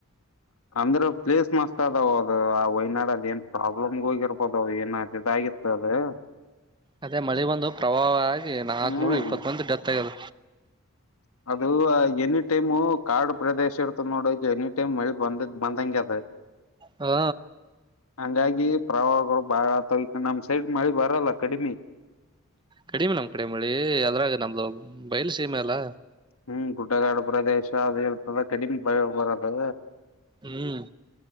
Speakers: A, on the left; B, on the right.
A: ಅಂದ್ರೆ ಪ್ಲೇಸ್ ಮಸ್ತ್ ಅದಾವ ಅದು ಆ ವೈನಾಡದ ಏನ್ ಪ್ರಾಬ್ಲಮ್ಗೆ ಹೋಗಿರ್ಬೋದು ಏನ. ಮೆ ಇದಾಗಿತ್ತು ಅದು.
B: ಅದೇ ಮಳಿ ಬಂದು ಪ್ರವಾಹ ಆಗ ನಾಲ್ಕನೂರ
A: ಹ್ಮ್
B: ಇಪ್ಪತ್ ಮಂದಿ ಡೆತ್ ಆಗ್ಯದ.
A: ಅದು ಎನಿ ಟೈಮು ಕಾಡು ಪ್ರದೇಶ ಇರ್ತದೆ ನೋಡ ಈ ಎನಿ ಟೈಮ್ ಮಳಿ ಬಂದ ಬಂದಂಗಗೆ ಅದ.
B: ಹಾ
A: ಹಂಗಾಗಿ ಪ್ರವಾಹಗಳು ಬಾಳ ಆಗ್ತಾವ ನಮ ಸೈಡ್ ಮಳಿ ಬರಲ್ಲ ಕಡಿಮೆ.
B: ಕಡಿಮೆ ನಮ ಕಡಿಮಿ ಅದ್ರಾಗ ನಮ್ದು ಬಯಲು ಸೀಮೆ ಅಲ್ಲ.
A: ಹ್ಮ್ ಗುಡ್ಡಗಾಡು ಪ್ರದೇಶ ಅದು ಇತಲ್ಲ ಕಡಿಮ ಪಯ ಬರದು.
B: ಹ್ಮ್